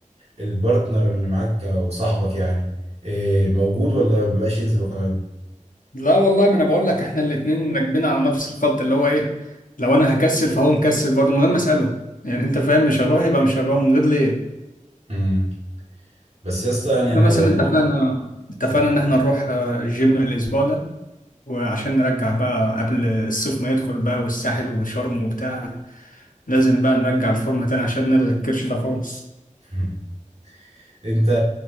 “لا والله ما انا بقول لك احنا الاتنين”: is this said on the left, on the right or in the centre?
Left